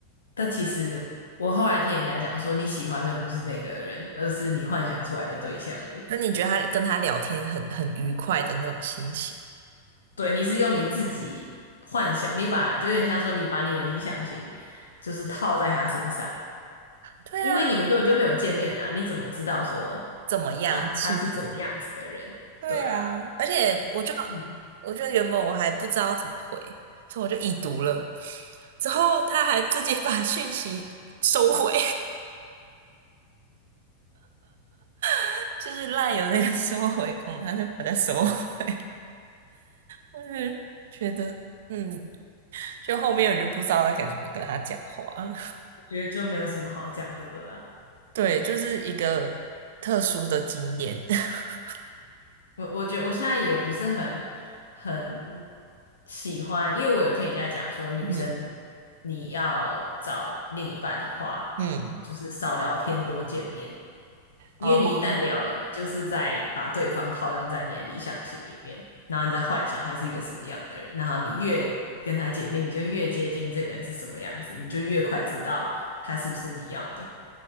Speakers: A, on the left; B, on the right.
A: 但其实我后来听人家讲说，你喜欢的不是那个人，而是你幻想出来的对象而已。
B: 那你觉得他跟他聊天很很愉快的那种心情？
A: 对，你是用你自己幻想，你把就有点像说你把你的理想型就是套在他身上。
B: 对啊，
A: 因为你们根本就没有见面啊，你怎么知道说
B: 怎么样性格的？
A: 他他是怎么样子的人。
B: 对啊，
A: 对啊，
B: 而且我就
A: 嗯，
B: 我就原本我还不知道怎么回，所以我就已读了。之后他还自己 <laughs> 把讯息收回，<laughs> 就是赖有那个收回功能，他就把它收回。我就觉得，嗯，就后面我就不知道该怎么跟他讲话了。
A: 我觉得就没有什么好讲的了啦。
B: 对，就是一个特殊的经验。<laughs>
A: 我我觉得我现在也不是很很喜欢，因为我有听人家讲说，女生你要找另一半的话，
B: 嗯嗯，
A: 就是少聊天，多见面。因为你一旦聊了，
B: 哦。
A: 你就是在把对方套用在你的理想型里面，然后你在幻想他是一个什么样的人，然后你越跟他见面，你就越接近这个人是什么样子，你就越快知道他是不是你要的。